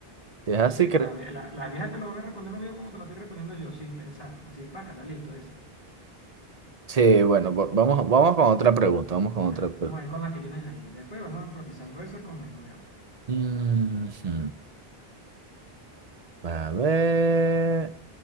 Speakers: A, on the right; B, on the left.
A: si
B: Por
A: es así,
B: eso te digo,
A: cre-
B: las, vie- la- las viejas te lo van a responder los viejos como te la estoy respondiendo yo, sin pensar. Así, paca, está listo ese.
A: sí, bueno, va- vamos, vamos con otra pregunta, vamos con
B: Ajá,
A: otra pregunta.
B: vamos a ir con las que tienes ahí. Después vamos actualizando esa con las nuevas.
A: Ujú. A ver,